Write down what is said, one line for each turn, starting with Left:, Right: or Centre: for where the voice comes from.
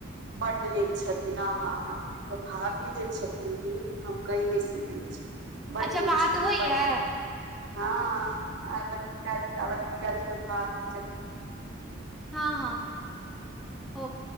Right: बढ़ निक छी छथिन ह हा तऽ भाभी जे छथिन तऽ कहि नहि सुके छै। बड़
Centre: अच्छा
Right: निक
Centre: बात
Right: छथिन।
Centre: होइया
Right: बड़ निक हँ आवतिक अवतिक डाल भात खेबै
Centre: हँ हा ओ